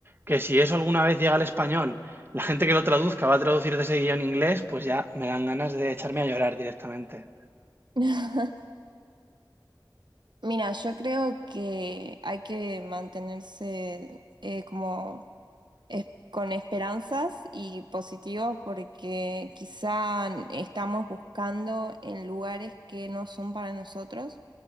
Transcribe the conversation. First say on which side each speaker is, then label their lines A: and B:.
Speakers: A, on the right; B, on the right.
A: que si eso alguna vez llega al español, la gente que lo traduzca va a traducir de seguido en inglés, pues ya me dan ganas de echarme a llorar directamente.
B: <laughs> Mira, yo creo que hay que mantenerse eh, como es- con esperanzas y positivo porque quizá estamos buscando en lugares que no son para nosotros.